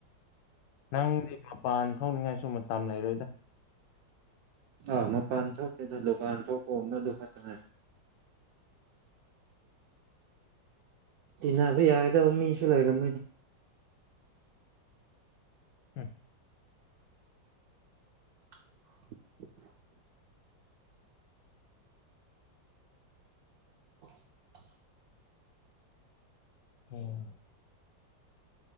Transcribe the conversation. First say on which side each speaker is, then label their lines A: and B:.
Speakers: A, on the left; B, on the right.
A: ꯅꯪꯗꯤ ꯃꯄꯥꯟ ꯊꯣꯛꯅꯤꯡꯉꯥꯏꯁꯨ ꯃꯇꯝ ꯂꯩꯔꯣꯏꯗ
B: ꯑꯥ ꯃꯄꯥꯟ ꯊꯣꯛꯇꯦꯗ ꯗꯨꯀꯥꯟ ꯊꯣꯛꯄꯕꯗꯨ ꯈꯛꯇꯅꯔꯦ ꯇꯤꯟꯅꯕ ꯌꯥꯒꯗꯧꯕ ꯃꯤꯁꯨ ꯂꯩꯔꯝꯃꯣꯏꯗ
A: ꯍꯝ
B: <unintelligible> <unintelligible>
A: ꯎꯝ